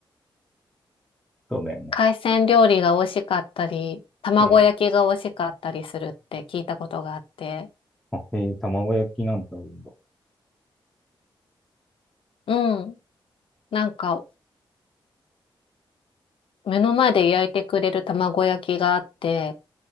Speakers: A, in the centre; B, on the left.
A: そうだよね。
B: 海鮮料理が美味しかったり、卵焼きが美味しかったりするって聞いたことがあって、
A: うん。あ、えー、卵焼きなんてあるんだ。
B: うん、なんか、目の前で焼いてくれる卵焼きがあって、